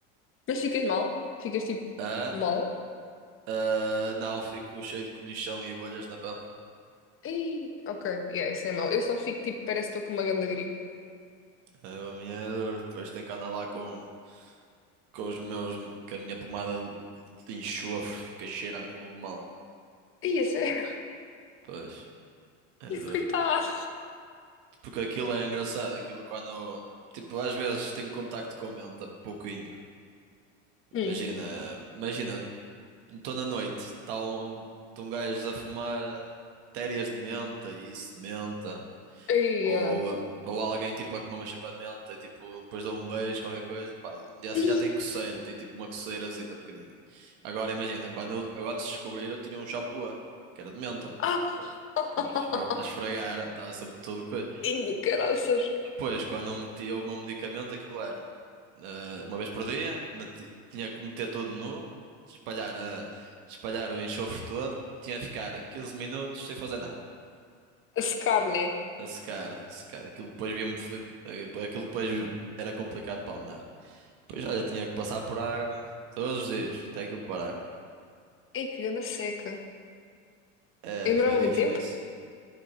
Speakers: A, on the left; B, on the right.
A: Mas ficas mal? Ficas tipo
B: Ah,
A: mal?
B: ah, não, fico cheio de comichão e bolhas na pele.
A: Ei, ok. Yeah, isso é mau. Eu só fico tipo, parece que estou com uma grande gripe.
B: Ah, A minha é dura. Depois tenho que andar lá com, com os meus. com a minha pomada de enxofre, fica cheira mesmo mal.
A: Ei, é sério? <laughs>
B: Pois, é
A: Ih,
B: duro.
A: Coitado.
B: Porque aquilo é engraçado, aquilo quando, tipo, às vezes tenho contacto com a mente pouquinho.
A: Hum.
B: Imagina, imagina, estou na noite, está um, tão gajos a fumar eh, térias de menta e isso de menta,
A: Ei,
B: ou,
A: ah.
B: ou alguém tipo a comer uma chiclete de menta e tipo, depois dá um beijo, qualquer coisa, pá, já,
A: Ih,
B: já tem coceira, tem tipo uma coceirazita pequenina. Agora imagina, quando eu, eu antes de descobrir eu tinha um shampoo, que era de menta.
A: ah. <laughs>
B: Pronto, esfre- a esfregar, estava sempre todo coisa.
A: Ih, caraças.
B: Depois, quando eu metia o meu medicamento, aquilo era eh, uma vez por dia, meti- tinha que meter todo nu, espalhar, a- espalhar o enxofre todo, tinha que ficar 15 minutos sem fazer nada,
A: A secar, né?
B: a secar, a secar. Aquilo depois via-me, fli- eh, aquilo depois era complicado para andar. Depois, olha, tinha que passar por água todos os dias, até aquilo parar.
A: Ei, que grande seca.
B: É,
A: E demorava
B: foi difícil.
A: muito tempo?